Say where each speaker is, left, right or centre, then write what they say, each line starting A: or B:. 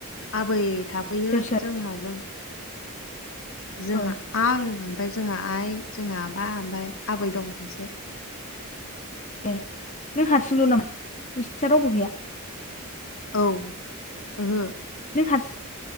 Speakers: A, on the left; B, on the left.
A: आबै थाफैयो
B: सोर सोर
A: जों हाजों जोंहा
B: औ
A: आं ओमफ्राय जोंहा आइ जोंहा आबा ओमफ्राय आबै दं सासे
B: दे नों हारसिंल' नामा नोंसिना रावबो गैया
A: औ ओहो
B: नों हारसिं